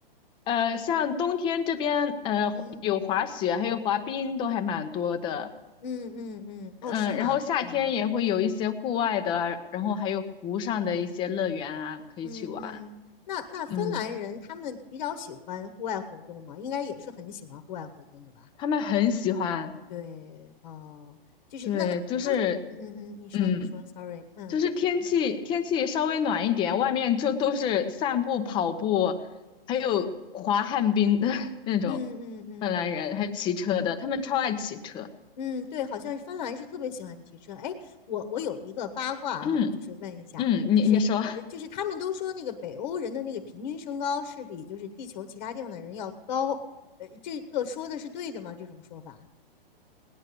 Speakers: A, on the left; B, on the left.
A: 呃，像冬天这边，呃，
B: 嗯
A: 有滑雪，还有滑冰，都还蛮多的。
B: 嗯嗯嗯，哦，
A: 嗯，
B: 是吗？
A: 然后夏天也会有一些户外的啊，
B: 嗯
A: 然后还有湖上的一些乐园啊，可以去玩。
B: 嗯嗯，那那芬兰人他们比较喜欢户外活动吗？
A: 嗯，
B: 应该也是很喜欢户外活动的吧？
A: 他们很喜欢，
B: 对，哦，就是那那他们，
A: 对，就是，
B: 嗯嗯嗯，你说你说，sorry，
A: 嗯，
B: 嗯
A: 就是天气天气稍微暖一点，外面就都是散步、跑步，还有滑旱冰的 <laughs> 那种
B: 嗯嗯嗯。
A: 芬兰人，还有骑车的，他们超爱骑车。
B: 嗯，对，好像是芬兰是特别喜欢骑车。哎，我我有一个八卦哈，
A: 嗯
B: 就是问一下，
A: 嗯，
B: 就是呃，
A: 你你说。
B: 就是他们都说那个北欧人的那个平均身高是比就是地球其他地方的人要高，呃，这个说的是对的吗？这种说法？